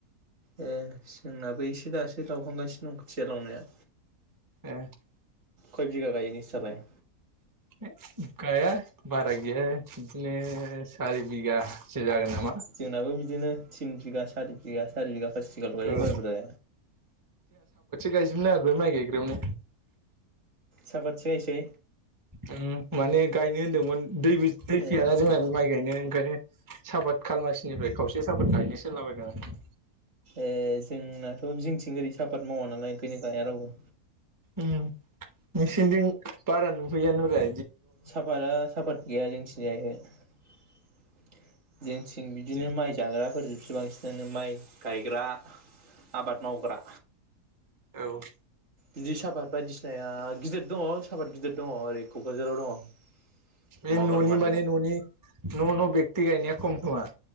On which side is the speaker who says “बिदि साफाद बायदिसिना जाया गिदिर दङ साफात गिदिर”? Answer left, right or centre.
Right